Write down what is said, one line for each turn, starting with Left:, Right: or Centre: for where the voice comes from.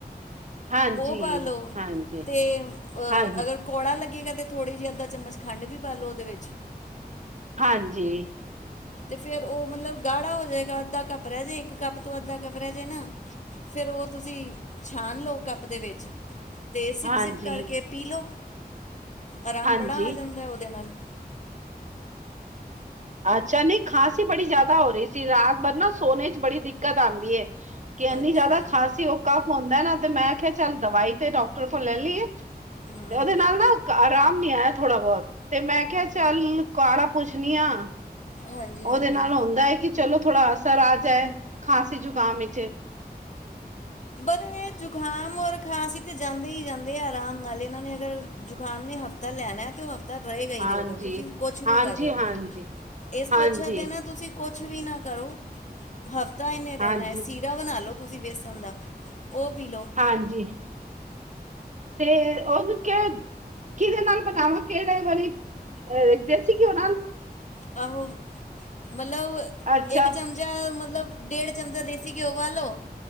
Right: ਹਾਂਜੀ,
Left: ਉਹ ਪਾ ਲਓ।
Right: ਹਾਂਜੀ,
Left: ਅਤੇ
Right: ਹਾਂਜੀ,
Left: ਅਗਰ ਕੌੜਾ ਲੱਗੇਗਾ ਤੇ ਥੋੜ੍ਹੀ ਜਿਹੀ ਅੱਧਾ ਚਮਚ ਖੰਡ ਵੀ ਪਾ ਲ ਲੋ ਉਹਦੇ ਵਿੱਚ।
Right: ਹਾਂਜੀ।
Left: ਤੇ ਫੇਰ ਉਹ ਮਤਲਬ ਗਾੜਾ ਹੋ ਜਾਏਗਾ ਅੱਧਾ ਕੱਪ ਰਹਿ ਜੇ ਇੱਕ ਕੱਪ। ਕੱਪ ਤੋਂ ਅੱਧਾ ਕੱਪ ਰਿਹਾ ਜੇ ਨਾ, ਫੇਰ ਉਹ ਤੁਸੀਂ ਛਣ ਲਓ ਕੱਪ ਦੇ ਵਿੱਚ। ਅਤੇ ਸਿਪ-
Right: ਹਾਂਜੀ।
Left: ਸਿਪ ਕਰਕੇ ਪੀ ਲਉ। ਆਰਾਮ
Right: ਹਾਂਜੀ,
Left: ਬੜਾ ਆ ਜਾਂਦਾ ਉਹਦੇ ਨਾਲ।
Right: ਅੱਛਾ ਨਹੀਂ, ਖਾਸੀ ਹੀ ਬੜੀ ਜ਼ਿਆਦਾ ਹੋ ਰਹੀ ਸੀ ਰਾਤ ਬਰ ਨਾ ਸੋਨ ਚ' ਬੜੀ ਦਿੱਕਤ ਆਉਂਦੀ ਹੈ। ਕਿ ਇੰਨੀ
Left: ਅੱਛਾ
Right: ਜ਼ਿਆਦਾ ਖਾਂਸੀ ਉਹ ਕਾਫ ਹੰਦਾ ਨਾ ਤੇ ਮੈਂ ਕਿਹਾ ਚੱਲ ਦਵਾਈ ਤੇ ਡਾਕਟਰ ਕੋਲ ਲੈ ਲਈਏ। ਤੇ
Left: ਹੂੰ
Right: ਉਹਦੇ ਨਾਲ ਨਾ ਆਰਾਮ ਨੀ ਆਇਆ ਥੋੜਾ -ਬਹੁਤ। ਤੇ ਮੈਂ ਕਿਹਾ ਚੱਲ ਕੁਆੜਾ ਪੁੱਛਣੀ ਆ।
Left: ਹਾਂਜੀ
Right: ਉਹਦੇ
Left: ਹਾਂਜੀ
Right: ਨਾਲ ਹੁੰਦਾ ਹੈ ਕਿ ਚਲੋ ਥੋੜਾ ਅਸਰ ਆ ਜਾਏ, ਖਾਂਸੀ ਜ਼ੁਕਾਮ ਵਿਚ।
Left: ਬਰ ਹੈ ਜੁਕਾਮ ਔਰ ਖਾਂਸੀ ਤੇ ਜਾਂਦੇ ਹੀ ਜਾਂਦੇ ਆ ਆਰਾਮ ਨਾਲ ਇਹਨਾਂ ਨੇ ਅਗਰ ਜੁਕਾਮ ਨੇ ਹਫ਼ਤਾ ਲੈਣਾ ਤੇ। ਤਾਂ ਰਹੇਗਾ ਹੀ
Right: ਹਾਂਜੀ,
Left: ਰਹੇਗਾ। ਤੁਸੀਂ ਕੁਛ
Right: ਹਾਂਜੀ,
Left: ਵੀ ਕਰਲਓ।
Right: ਹਾਂਜੀ,
Left: ਇਸ ਤੋਂ
Right: ਹਾਂਜੀ,
Left: ਅੱਛਾ ਦਿ ਨਾ ਤੁਸੀਂ ਕੁਛ ਵੀ ਨਾ ਕਰੋ ਹਫ਼ਤਾ ਇੰਨੇ ਰਹਿਣਾ
Right: ਹਾਂਜੀ।
Left: ਹੈ ਸੀਰਾ ਬਣਾ ਲਉ ਤੁਸੀਂ ਬੇਸਣ ਦਾ ਉਹ ਪੀ ਲੋੋ
Right: ਹਾਂਜੀ। ਤੇ ਉਹਨੂੰ ਕਿਹਾ ਕਿਹਦੇ ਨਾਲ ਪਕਾਵਾਂ। ਕਿਹੜੇ ਵਾਰੀ ਦੇਸੀ ਘਿਉ ਨਾਲ।
Left: ਆਹੋ। ਮਤਲਬ ਇਕ
Right: ਅੱਛਾ
Left: ਚਮਚ ਚਮਚਾ ਮਤਲਬ ਡੇਢ ਚਮਚਾ ਦੇਸੀ ਘਿਓ ਪਾਲੋ।